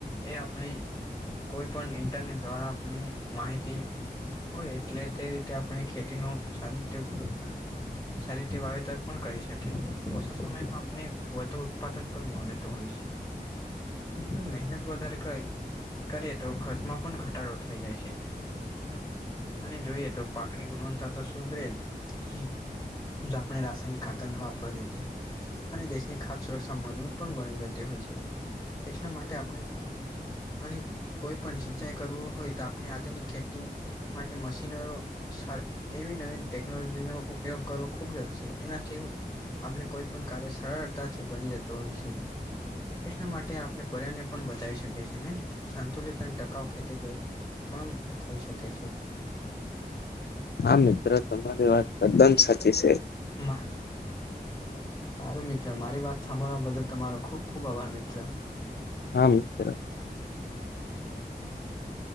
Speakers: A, on the left; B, on the left.
A: એ આપણે કોઈ પણ ઇન્ટરનેટ દ્વારા આપણી માહિતી હોય એટલે તે રીતે આપણે ખેતીનો સારું કે ઉપયોગ સારી રીતે વાવેતર પણ કરી શકીએ ઓછા સમયમાં આપને વધુ ઉત્પાદન પણ મળતું હોય છે. નું મહેનત વધારે કએ કરીએ તો ખર્ચમાં પણ ઘટાડો થઈ જાય છે. હમ્મ અને જોઈએ તો પાકની ગુણવત્તા તો સુધરે જ હમ્મ. જો આપણે રાસાયનિક ખાતરનો વાપરીએ તો. અને દેશની ખાત સુરક્ષા મજબૂત પણ બની જતી હોય છે એટલા માટે આપણે અને કોઈ પણ સિંચાઈ કરવું હોય તો આપણે આધુનિક ખેતી માટે મશીનરો સ એવી નવી ટેકનોલોજીનો ઉપ ઉપયોગ કરવો ખૂબ જરૂરી છે. એનાથી આપને કોઈ પણ કાર્ય સરળતાથી બની જતું હોય છે. એટલા માટે આપણે પર્યાવરણને પણ બતાવી શકીએ છે ને. સંતુલિત અને ટકાઉ ખેતી પણ થઈ શકે છે.
B: હા મિત્ર તમારી વાત તદ્દન સાચી છે.
A: માં. સારું મિત્ર મારી વાત સાંભળવા બદલ તમારો ખુબ ખુબ આભાર મિત્ર.
B: હા મિત્ર.
A: <inaudible>